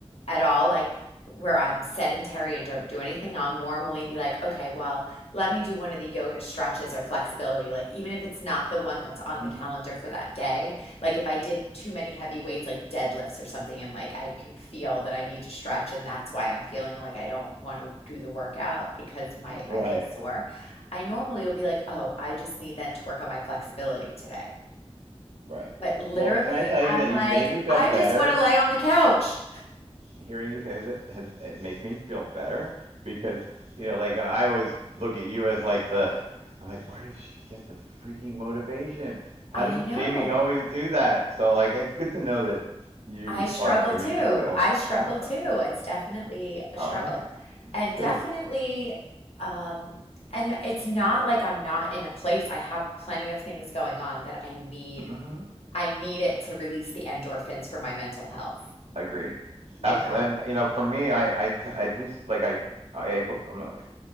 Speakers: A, on the left (about 65°); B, on the right (about 75°).
A: at all. Like where I'm sedentary and don't do anything, I'll normally be like, okay, well, let me do one of the yoga stretches or flexibility. Like even if it's not the one that's on
B: mm-hmm
A: the calendar for that day, like if I did too many heavy weights, like deadlifts or something, and like I can feel that I need to stretch, and that's why I'm feeling like I don't want to do the workout because my
B: right
A: I feel sore. I normally will be like, oh, I just need then to work on my flexibility today.
B: right
A: But literally,
B: well can I tell
A: I'm
B: you that
A: like,
B: you made me feel
A: I
B: better
A: just want to lay on the couch.
B: hearing you say that has, it makes me feel better because you know like I always look at you as like the I'm like where does she get the freaking motivation? How
A: I
B: does
A: know.
B: Jamie always do that? So like it's good to know that you
A: I struggle
B: are human
A: too.
B: too.
A: I struggle
B: Awesome.
A: too. It's definitely a
B: All
A: struggle.
B: right.
A: And definitely,
B: Good.
A: um, and it's not like I'm not in a place. I have plenty of things going on that I need.
B: hmm
A: I need it to release the endorphins for my mental health,
B: Agreed.
A: you
B: Absolutely.
A: know?
B: And you know for me I I, t- I do s- like I I able I'm